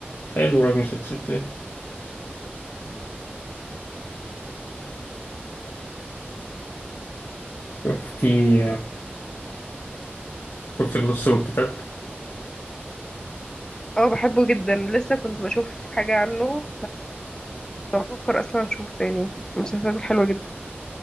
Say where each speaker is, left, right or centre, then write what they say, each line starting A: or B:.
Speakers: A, on the left (about 85°); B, on the left (about 15°).
A: حلو راجل ست ست شفتي شفت اللص والكتاب
B: اه بحبه جدا لسه كنت بشوف حاجة عنه بفكر اصلا اشوف تاني المسلسلات الحلوة جدا